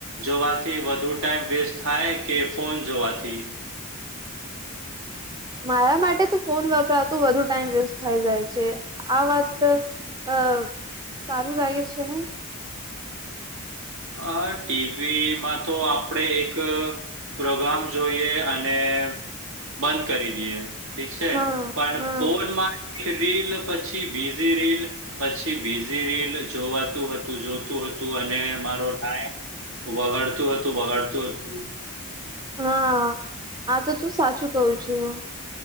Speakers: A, on the right (about 60°); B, on the right (about 15°).
A: જોવાથી વધુ ટાઈમ વેસ્ટ થાય કે ફોન જોવાથી?
B: મારા માટે તો ફોન વપરાતું વધુ ટાઈમ વેસ્ટ થઈ જાય છે, આ વાત અ સારું લાગે છે ને?
A: અ ટીવીમાં તો આપડે એક પ્રોગ્રામ જોઈએ અને બંધ કરી દઈએ. ઠીક છે,
B: હા
A: પણ
B: હા
A: ફોનમાં એક રીલ પછી બીઝી રીલ. પછી બીઝી રીલ જોવાતું હતું જોતું હતું અને મારો ટાઈમ વગાડતું હતું વગાડતું હતું.
B: હા, આ તો તું સાચું કવું છું.